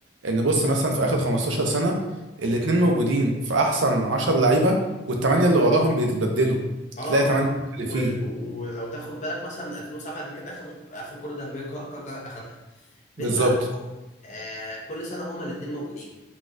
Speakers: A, on the right; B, on the left.
A: ان بص مثلا في اخر 15 سنه الاثنين موجودين في احسن 10 لعيبه والثمانيه اللي وراهم بيتبدلوا
B: اه
A: تلاقي 8 اللي
B: وال...
A: فيه
B: ولو تاخد بالك مثلا من 2007 دي كانت اخر اخر كره ذهبيه كا- كاكا اخدها من
A: بالظبط
B: بعدها آه كل سنه هما الاثنين موجودين